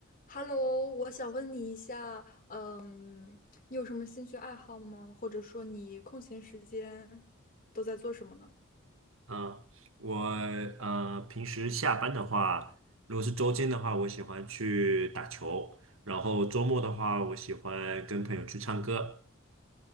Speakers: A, on the left; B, on the right.
A: Hello，我想问你一下，嗯，你有什么兴趣爱好吗？或者说你空闲时间都在做什么呢？
B: 嗯，我呃平时下班的话，如果是周间的话，我喜欢去打球，然后周末的话，我喜欢跟朋友去唱歌。